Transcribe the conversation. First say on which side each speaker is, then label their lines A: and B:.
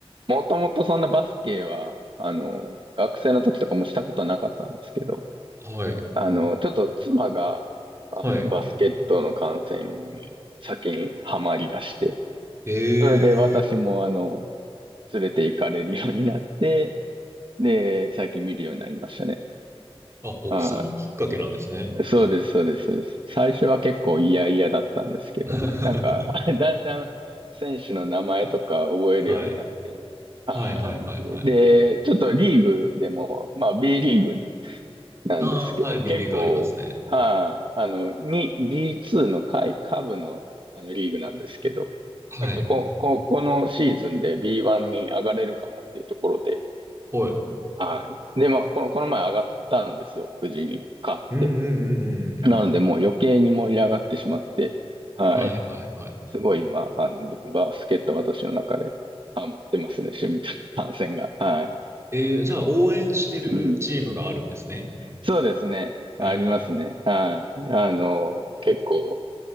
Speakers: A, on the right; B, on the right.
A: もともとそんなバスケは、あの、学生の時とかもしたことはなかったんですけど、
B: はい。
A: あの、ちょっと妻が、あの、
B: はい。
A: バスケットの観戦に先にハマり出して、
B: ええ
A: それで私も、あの、連れて行かれるようになって、で、最近見るようになりましたね。
B: あ、奥様きっかけなんですね。
A: はい。そうです、そうです、そうです。最初は結構嫌々だったんですけども、
B: <laughs>
A: なんか、<laughs> だんだん選手の名前とか覚えるようになって、
B: はい。
A: はい。
B: はい、はい、はい、はい。
A: で、ちょっとリーグでも、まあ B リーグなんですけど、
B: ああ、はい、B
A: 結構、
B: リーグありますね。
A: はい、あの、に、B2 の下位、下部の、あのリーグなんですけど、
B: はい。
A: なんかこ、こ、このシーズンで B1 に上がれるかもっていうところで、
B: はい。
A: はい。で、まあ、この、この前上がったんですよ。無事に買って。
B: うん、うん、うん、うん、うんうん。
A: なので、もう余計に盛り上がってしまって、はい。
B: はい、はい、はい。
A: すごい今、あの、バスケット私の中でハマってますね。趣味と単線が。はい。
B: えー、じゃあ応援してるチームがあるんですね。
A: うん。そうですね。ありますね。
B: えー
A: はい。あの、結構、